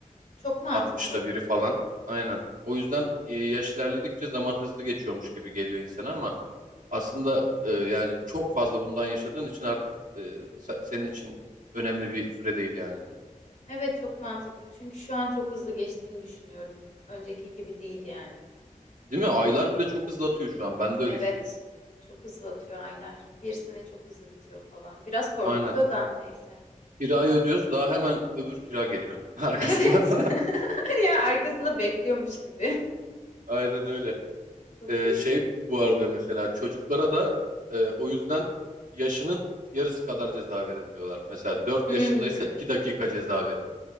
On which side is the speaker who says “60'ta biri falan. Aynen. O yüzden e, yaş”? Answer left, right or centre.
Right